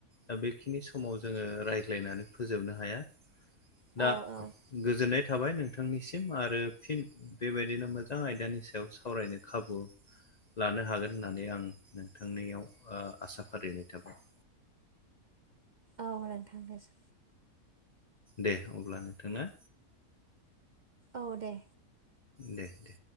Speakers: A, on the left; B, on the right.
A: दा बेखिनि समाव जोङो रायज्लायनानै फोजोबनो हाया
B: औ
A: दा
B: औ
A: गोजोननाय थाबाय नोंथांनिसिम आरो फिन बेबायदिनो मोजां आयदानि सायाव सावरायनो खाबु लानो हागोन होननानै आं नोंथांनियाव ओ आसा फारिनाय थाबाय
B: औ नों थांनोसै
A: दे अब्ला नोंथांनो
B: औ दे
A: दे दे